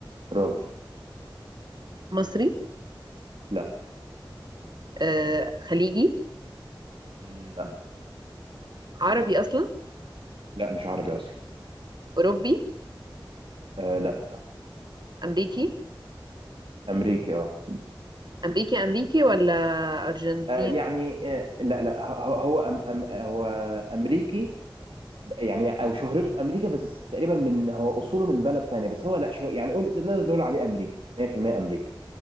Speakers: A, on the right; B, on the right.
A: راجل
B: مصري
A: لا
B: آه، خليجي
A: لا
B: عربي أصلا
A: لا مش عربي اصلا
B: أوروبي
A: آه لا
B: أمريكي
A: امريكي اه
B: أمريكي أمريكي ولا أرجنتين
A: آه، يعني آه لا لا هو هو أم أم هو امريكي يعني او شهرته في امريكا بس تقريبا من هو اصوله من بلد تانية بس هو لا شو يعني قول نقدر نقول عليه امريكي 100% امريكي